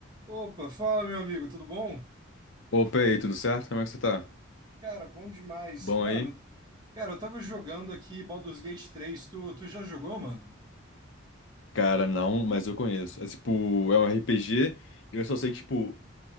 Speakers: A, on the right; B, on the left.
A: Opa, fala meu amigo, tudo bom?
B: Opa, e aí, tudo certo? Como é que você tá?
A: Cara, bom demais.
B: Bom
A: Mano,
B: aí?
A: cara, eu tava jogando aqui Baldur's Gate três. Tu, tu já jogou, mano?
B: Cara, não, mas eu conheço. É tipo, é um RPG e eu só sei que, tipo,